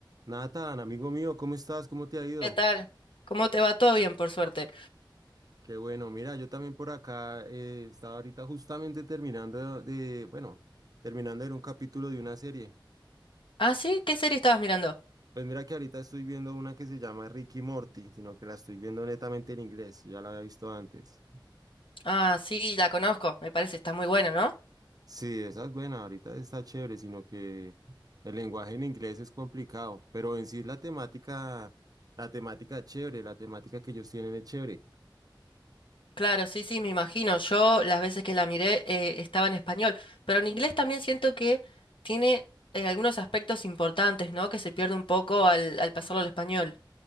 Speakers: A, on the right; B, on the left.
A: Nathan, amigo mío, ¿cómo estás? ¿Cómo te ha ido?
B: ¿Qué tal? ¿Cómo te va? Todo bien, por suerte.
A: Qué bueno, mira, yo también por acá eh, estaba ahorita justamente terminando de, bueno, terminando de ver un capítulo de una serie.
B: Ah, sí, ¿qué serie estabas mirando?
A: Pues mira que ahorita estoy viendo una que se llama Ricky Morty, sino que la estoy viendo netamente en inglés, ya la había visto antes.
B: Ah, sí, la conozco, me parece, está muy buena, ¿no?
A: Sí, esa es buena, ahorita está chévere, sino que el lenguaje en inglés es complicado, pero en sí la temática, la temática es chévere, la temática que ellos tienen es chévere.
B: Claro, sí, sí, me imagino. Yo las veces que la miré eh, estaba en español, pero en inglés también siento que tiene eh, algunos aspectos importantes, ¿no? Que se pierde un poco al, al pasarlo al español.